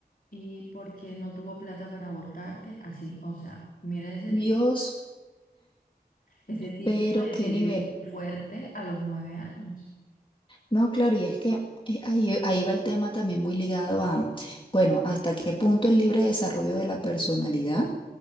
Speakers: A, on the left; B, on the left.
A: y porque no tuvo plata para abortarte, así. O sea, mira ese
B: Dios,
A: tipo, ese tipo
B: pero
A: de,
B: qué
A: de
B: nivel.
A: de fuerte a los nueve años.
B: No, claro, y es que eh, ahí, ahí va el tema también muy ligado a, bueno, hasta qué punto el libre desarrollo de la personalidad